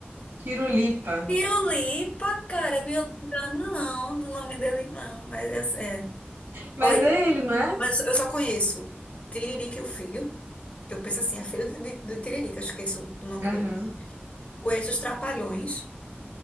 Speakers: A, on the right (about 75°); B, on the left (about 35°).
A: Tirulipa.
B: Pirulipa, cara, não ia lembrar não do nome dele não, mas é. é.
A: Mas
B: Oi,
A: é ele, não é?
B: mas eu só conheço Tiririca e o Filho, que eu penso assim, é filho de, de, de Tiririca, eu esqueço do nome
A: Aham.
B: dele. Conheço os Trapalhões,